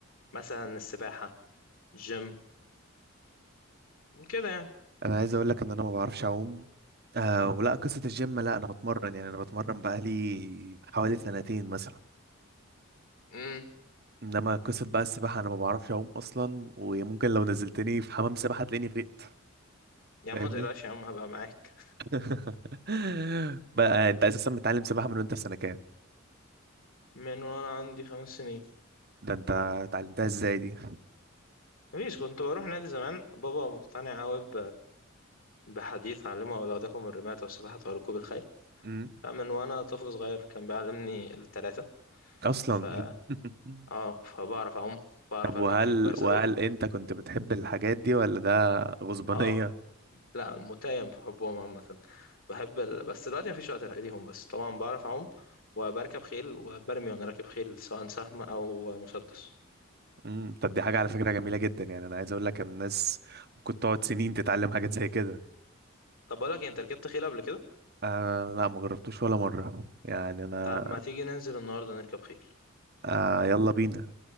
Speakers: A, on the left; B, on the right.
A: مثلا السباحة جيم كده يعني
B: <laughs> انا عايز اقول لك ان انا ما بعرفش اعوم آه ولا قصه الجيم لا انا بتمرن يعني انا بتمرن بقالي حوالي سنتين مثلا
A: امم
B: انما قصة بقى السباحة انا ما بعرفش اعوم اصلا وممكن لو نزلتني في حمام سباحة تلاقيني غرقت
A: يا عم
B: فاهمني
A: ما تقلقش يا عم هبقى معاك
B: <laughs> بقى انت اساسا متعلم سباحة من وانت في سنة كام
A: من وانا عندي خمس سنين
B: ده انت اتعلمتها ازاي دي
A: مفيش كنت بروح نادي زمان بابا مقتنع قوي ب... بحديث علمه أولادكم الرماية والسباحة وركوب الخيل
B: امم
A: فمن وانا طفل صغير كان بيعلمني التلاتة
B: اصلا
A: ف
B: <laughs>
A: اه فبعرف اعوم بعرف
B: طب وهل
A: اركب خيل كويس
B: وهل
A: قوي
B: انت كنت بتحب الحاجات دي ولا ده غصبانية
A: اه لا متيم في حبهم عامه بحب ال... بس دلوقتي مفيش وقت ليهم بس طبعا بعرف اعوم وبركب خيل وبرمي وانا راكب خيل سواء سهم او مسدس
B: امم طب دي حاجة على فكرة جميلة جدا يعني انا عايز اقول لك ان الناس ممكن تقعد سنين تتعلم حاجات زي كده
A: طب بقول لك إيه، انت ركبت خيل قبل كده
B: آه لا ما جربتوش ولا مرة يعني انا
A: طب ما تيجي ننزل النهارده نركب خيل
B: آه يلا بينا